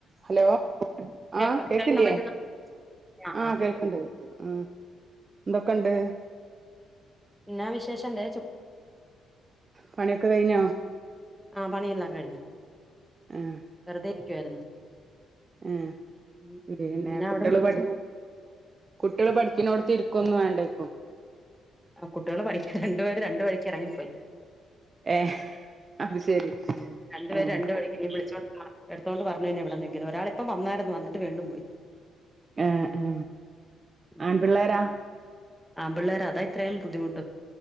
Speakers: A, on the right; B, in the centre.
A: ഹലോ
B: കേക്ക
A: ആഹ്‌ കേൾക്കില്ലേ
B: കേൾക്കാൻ പറ്റുന്ന ആഹ്
A: ആഹ്‌
B: ആഹ്
A: കേൾക്കണ്ട്
B: ആഹ്
A: ആഹ് എന്തൊക്കെണ്ട്
B: എന്നാ വിശേഷണ്ട്
A: പണിയൊക്കെ കഴിഞ്ഞോ
B: ആഹ്‌ പണിയില്ലാം കഴിഞ്ഞു
A: ആഹ്
B: വെറുതെ ഇരിക്കുവായിരുന്നു
A: ആഹ്‌
B: ഉം ഉം
A: പിന്നെ
B: എന്നാ
A: കുട്ടികള്
B: അവിടെ വിശേഷം
A: പഠ കുട്ടികൾ പഠിക്കുന്നോട് ത്ത് ഇരിക്കൊന്നും വേണ്ടേ ഇപ്പോ
B: ആഹ്‌ കുട്ടികള് പഠിക്ക രണ്ടുപേര് രണ്ടു വഴിക്ക് ഇറങ്ങിപ്പോയി
A: ഏഹ്‌ അത് ശരി
B: ഉം രണ്ട് പേരെ
A: ഏഹ്
B: രണ്ടുവയിക് ഇനി വിളിച്ചോ എടുത്തോണ്ട് വരണം ഇവിടന്നെങ്കിലും ഒരാൾ ഇപ്പം വന്നായിരുന്നുന്ന്എന്നിട്ട് വീണ്ടും പോയി
A: ഏഹ് ഏഹ്
B: ഉം
A: ആൺപിള്ളേരാ
B: ആമ്പിള്ളേർ അതാ ഇത്രയും ബുദ്ധിമുട്ട്